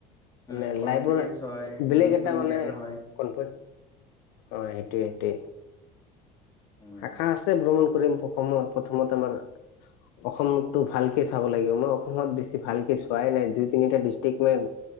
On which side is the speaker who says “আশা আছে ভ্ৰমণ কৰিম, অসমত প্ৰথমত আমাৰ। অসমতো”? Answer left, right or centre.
Left